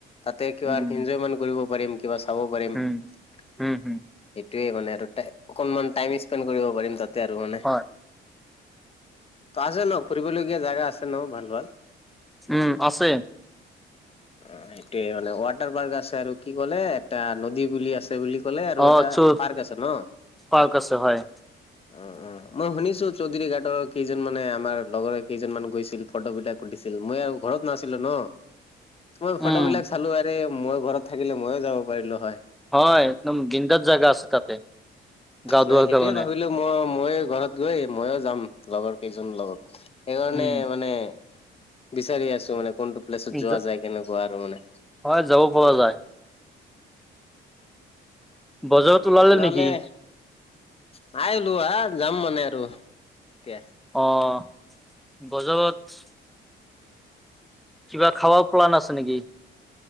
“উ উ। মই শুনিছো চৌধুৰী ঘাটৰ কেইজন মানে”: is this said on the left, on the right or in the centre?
Left